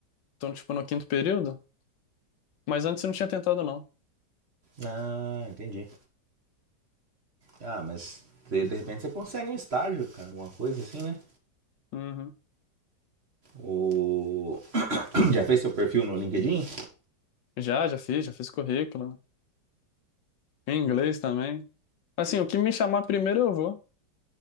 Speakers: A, on the left; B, on the right.
A: Tô, tipo, no quinto período, mas antes eu não tinha tentado, não.
B: Ah, entendi. Ah, mas de, de repente você consegue um estágio, cara, alguma coisa assim, né?
A: Uhum.
B: Ou <clears throat> já fez seu perfil no LinkedIn?
A: Já, já fiz, já fiz currículo. Em inglês também. Assim, o que me chamar primeiro eu vou,